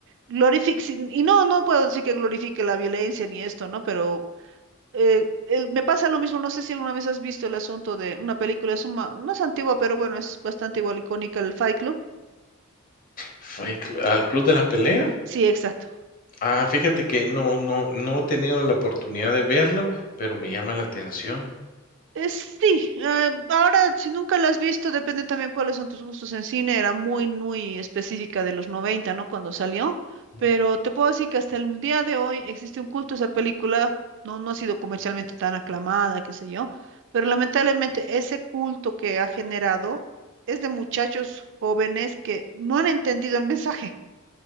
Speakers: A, on the right; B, on the left.
A: glorific- sin- y no, no puedo decir que glorifique la violencia ni esto, ¿no? Pero eh, el- me pasa lo mismo, no sé si alguna vez has visto el asunto de una película, es una, no es antigua, pero bueno, es bastante igual icónica, el Fight Club.
B: Fue cl- ¿Al club de la pelea?
A: Sí, exacto.
B: Ah, fíjate que no, no, no he tenido la oportunidad de verlo, pero me llama la atención.
A: Eh, sí, eh, ahora si nunca la has visto, depende también cuáles son tus gustos en cine, era muy, muy específica de los 90, ¿no? Cuando salió,
B: ¿no?
A: pero te puedo decir que hasta el día de hoy existe un culto a esa película, no, no ha sido comercialmente tan aclamada, qué sé yo, pero lamentablemente ese culto que ha generado es de muchachos jóvenes que no han entendido el mensaje,